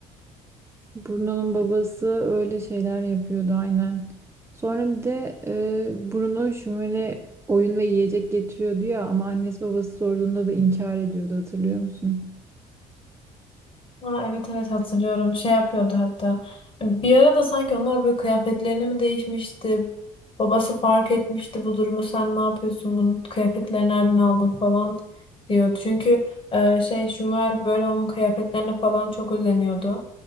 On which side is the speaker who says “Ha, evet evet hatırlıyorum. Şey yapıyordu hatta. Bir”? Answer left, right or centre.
Left